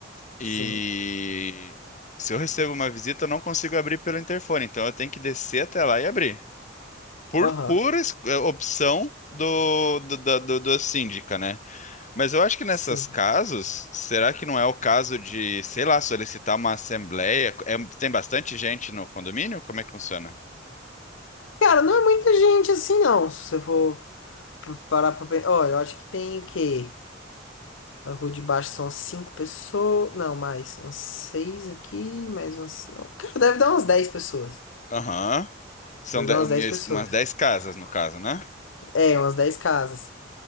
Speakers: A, on the left; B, on the left.
A: E
B: Sim.
A: se eu recebo uma visita, eu não consigo abrir pelo interfone, então eu tenho que descer até lá e abrir. Por
B: Aham.
A: pura es- opção do, do, do, do do síndica, né? Mas eu acho que nessas
B: Sim.
A: casos, será que não é o caso de, sei lá, solicitar uma assembleia? É- tem bastante gente no condomínio? Como é que funciona?
B: Cara, não é muita gente assim, não. Se você for p- parar pra pensar. Ó, eu acho que tem o quê? Na rua de baixo são cinco pessoas. Não, mais. Uns seis aqui, mais uns. Cara, deve dar umas dez pessoas.
A: Aham. São
B: Deve
A: de-
B: dar umas dez pessoas.
A: umas 10 casas, no caso, né?
B: É, umas dez casas.